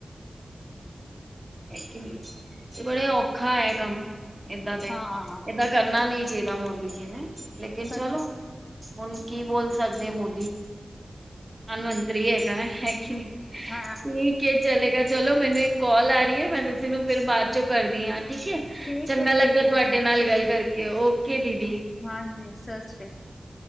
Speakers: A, on the right; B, on the left.
A: ਹੈਗੀ ਨਹੀਂ ਤੇ ਬੜੇ ਔਖਾ ਹੈ ਕੰਮ ਏਦਾਂ ਤੇ
B: ਹਾਂ
A: ਏਦਾਂ ਕਰਨਾ ਨਹੀਂ। ਜੀਦਾ ਮੋਦੀ ਜੀ ਨੇ ਲੇਕਿਨ
B: ਸਹੀ
A: ਚਲੋ
B: ਹੈ
A: ਹੁਣ ਕੀ ਬੋਲ ਸਕਦੇ ਮੋਦੀ। ਪ੍ਰਧਾਨ ਮੰਤਰੀ ਹੈਗਾ ਹੈਗੀ ਨਹੀਂ
B: ਹਾਂ
A: ਠੀਕ ਹੈ ਚਲੇਗਾ ਚਲੋ। ਮੈਨੂੰ ਇੱਕ ਕਾਲ ਆ ਰਹੀ ਹੈ ਮੈਂ ਤੁਸੀਂ ਨੂੰ ਫਿਰ ਬਾਅਦ ਚੋਂ ਕਰਦੀ ਹਾਂ। ਠੀਕ ਏ
B: ਠੀਕ
A: ਚੰਗਾ
B: ਹੈ
A: ਲੱਗਾ
B: ਠੀਕ
A: ਤੁਹਾਡੇ
B: ਹੈ
A: ਨਾਲ ਗੱਲ ਕਰਕੇ ਓਕੇ ਦੀਪ
B: ਹਾਂਜੀ ਸਤਿ ਸ਼੍ਰੀ ਕਾਲ,